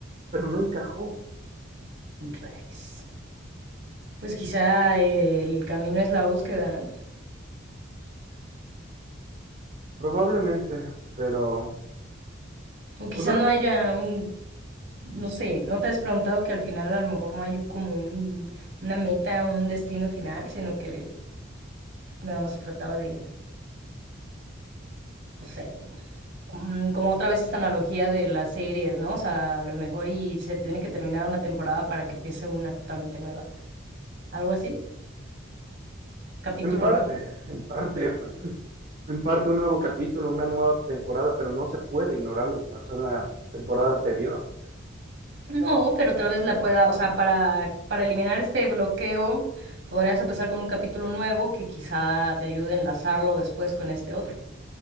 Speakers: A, on the right; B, on the right.
A: pero no encajó,
B: rayos. Pues quizá el camino es la búsqueda, ¿no?
A: probablemente, pero,
B: O
A: o
B: quizá
A: sea,
B: no haya un, no sé, ¿no te has preguntado que al final a lo mejor no hay como un- una meta, un destino final, sino que nada más se trataba de no sé, mm, como otra vez esta analogía de las series, ¿no? O sea, a lo mejor y se tiene que terminar una temporada para que empiece una totalmente nueva. ¿Algo así? ¿Capítulo
A: en parte,
B: nuevo?
A: en parte, en parte un nuevo capítulo, una nueva temporada, pero no se puede ignorar lo que pasó en la temporada anterior.
B: No, pero tal vez la pueda, o sea, para, para eliminar este bloqueo, podrías empezar con un capítulo nuevo que quizá te ayude a enlazarlo después con este otro.